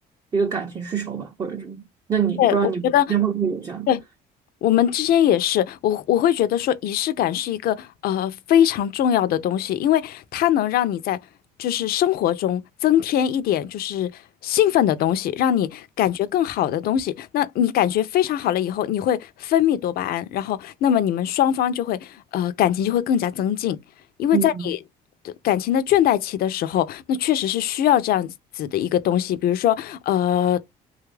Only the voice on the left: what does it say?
对，我觉得，对，我们之间也是，我我会觉得说仪式感是一个呃非常重要的东西，因为它能让你在就是生活中增添一点就是兴奋的东西，让你感觉更好的东西。那你感觉非常好了以后，你会分泌多巴胺，然后那么你们双方就会呃感情就会更加增进。因为在你的感情的倦怠期的时候，
那确实是需要这样子的一个东西，比如说，呃，